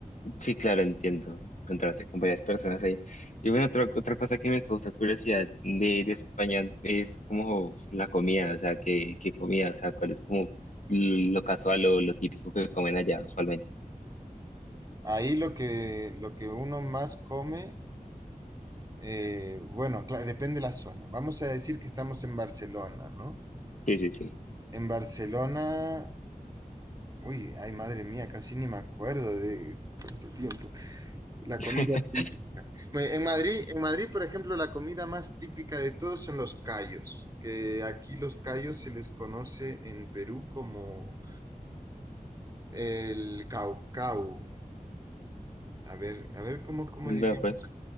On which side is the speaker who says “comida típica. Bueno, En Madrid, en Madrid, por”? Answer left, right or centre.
Right